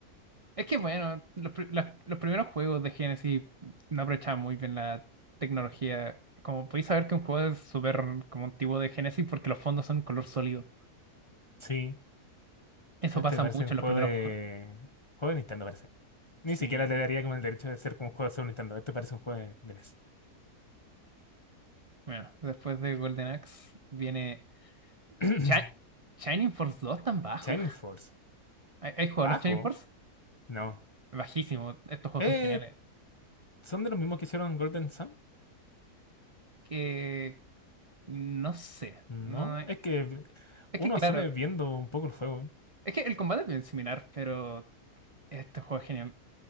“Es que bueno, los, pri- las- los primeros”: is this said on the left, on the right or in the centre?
Right